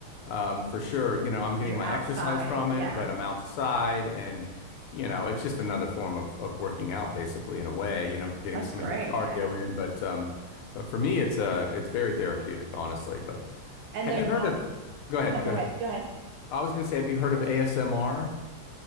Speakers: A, on the left; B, on the right.
A: um, for sure. You know, I'm
B: 'Cause
A: getting
B: you're
A: my
B: outside
A: exercise from
B: and
A: it,
B: yeah,
A: but I'm outside, and you know, it's just another form of of working out, basically, in a way. You know, getting
B: that's
A: some
B: great.
A: of your cardio
B: Yeah.
A: in. But um, but for me, it's uh, it's very therapeutic, honestly. But
B: And
A: have
B: there,
A: you
B: well,
A: heard of? Go ahead,
B: no, go
A: go
B: ahead,
A: ahead.
B: go ahead.
A: I was gonna say, have you heard of ASMR?